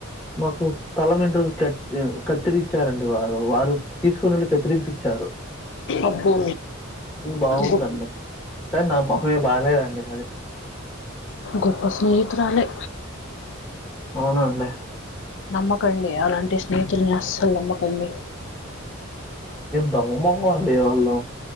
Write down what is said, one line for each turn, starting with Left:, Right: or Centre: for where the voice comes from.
Centre: మాకు తల వెంట్రుకలు కత్తిరిచ్చారండి వారు వారు తీసుకుని వెళ్ళి కత్తిరిపిచ్చారు
Left: అబ్బో!
Centre: బాగుందండి
Left: గొప్ప
Centre: సార్ నా మొహం ఏమి బాలేదండి
Left: గొప్ప స్నేహితురాలే
Centre: అవునండి
Left: నమ్మకండి అలాంటి స్నేహితుల్ని అస్సలు నమ్మకండి
Centre: దొంగ మొహం అండి వాళ్ళు